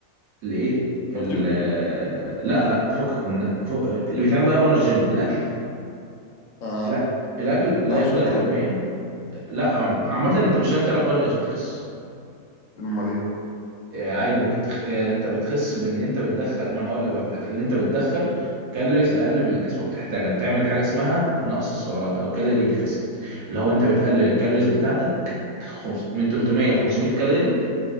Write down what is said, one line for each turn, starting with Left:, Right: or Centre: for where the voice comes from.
Right: الايه ال-
Left: كارديو
Right: لا لا فكك من ده فك... اللي بيتعمل بقى بره الجيم الاكل
Left: اه
Right: لا الاكل لا
Left: ما لعبش
Right: يقل
Left: كارديو
Right: اهميه لا عامه انت مش لازم تلعب كارديو عشان تخس
Left: امال ايه
Right: آه، عادي ممكن تخ... آه، انت بتخس بان انت بتدخل ما انا هقول لك بقى في الاكل ان انت بتدخل كالوريز اقل من اللي جسمك بتحتاجها بتعمل حاجه اسمها نقص سعرات او كالوري ديفيسيت اللي هو انت بتقلل الكالوريز بتاعتك خمس... من 300 ل 500 كالوري